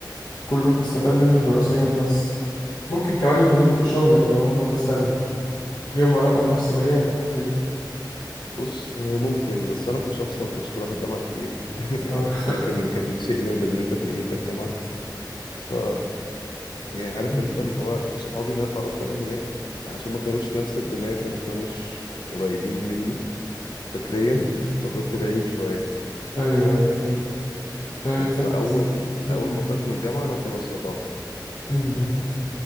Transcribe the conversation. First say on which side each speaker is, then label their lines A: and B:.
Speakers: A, on the left; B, on the left.
A: كله تستفاد منه دراسيا بس ممكن كمان يفيدوك في شغلك لو هم مثلا ليهم علاقه بنفس مجالك وكده
B: بص آه، ممكن بس انا كشخص ما كنتش بروح الجامعه كتير
A: اه
B: <laughs> كان كان شيء نادر ان انت تلاقيني في الجامعه ف يعني عارف
A: <laughs> أمم،
B: انت اللي هو صحابي اللي انا اتعرفت عليهم هناك عشان ما كانوش نفس الدماغ وما كانوش قريبين مني فكريا
A: أمم.
B: فكنت بعيد شوية
A: ايوه ايوه فهمت طب
B: فاهم
A: انت
B: فأول
A: مثلا أمم،
B: أول ما طلعت من الجامعة أنا خلاص قطعت
A: أمم.